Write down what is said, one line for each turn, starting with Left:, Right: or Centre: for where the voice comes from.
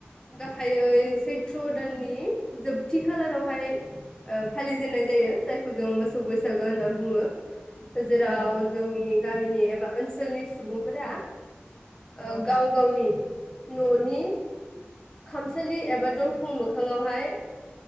Left: गाहायै सैथ्र' दाननि जोबथि खालारावहाय ओ फालिजेननाय जायो जायखौ जों मोसौ बैसागो होनना बुङो। जेराव
Right: औ नोंथां
Left: जोंनि गामिनि एबा ओनसोलनि सुबुंफोरा ओ
Right: औ
Left: गाव
Right: नोंथां
Left: गावनि न'नि खामसालि एबा दर खं मोखाङावहाय